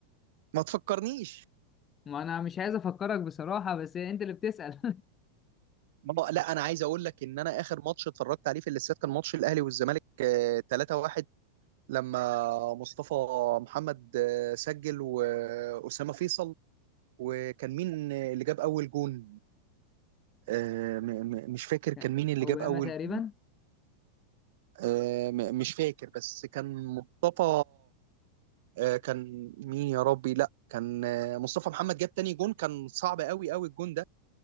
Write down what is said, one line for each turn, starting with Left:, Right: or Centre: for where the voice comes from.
Right: ما تفكرنيش
Left: ما انا مش عايز افكرك بصراحة بس انت اللي بتسأل
Right: ما لا انا عايز اقول لك ان انا اخر ماتش اتفرجت عليه في الاستاد كان ماتش الاهلي والزمالك آه، 3-1 لما مصطفى محمد آه، سجل واسامه فيصل وكان مين اللي جاب اول جون آه، م- م- مش فاكر
Left: <laughs>
Right: كان مين اللي
Left: اوباما
Right: جاب اول
Left: تقريبا
Right: جون آه، م- مش فاكر بس كان مصطفى آه، كان مين يا ربي لا كان آه، مصطفى محمد جاب تاني جون كان صعب قوي قوي الجون ده